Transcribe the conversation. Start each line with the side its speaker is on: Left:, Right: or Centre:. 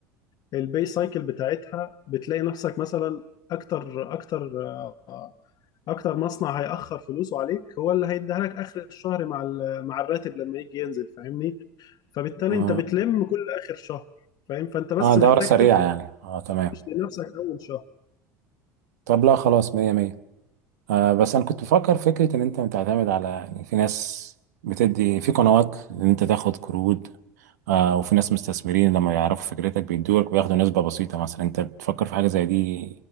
Left: البي سايكل بتاعتها بتلاقي نفسك مثلا اكتر اكتر آه، اكتر مصنع هيأخر فلوسه عليك هو اللي هيديها لك اخر الشهر مع ال- مع الراتب لما يجي ينزل فاهمني فبالتالي
Right: اه,
Left: انت بتلم كل اخر شهر فاهم فانت بس
Right: آه دورة
Left: محتاج
Right: سريعة
Left: تفرش
Right: يعني اه تمام
Left: لنفسك اول شهر
Right: طب لا خلاص مية مية آه بس انا كنت بفكر فكره ان انت بتعتمد على يعني في ناس بتدي في قنوات ان انت تاخد قروض آه وفي ناس مستثمرين لما يعرفوا فكرتك بيدولك وياخدوا نسبه بسيطه مثلا انت بتفكر في حاجه زي دي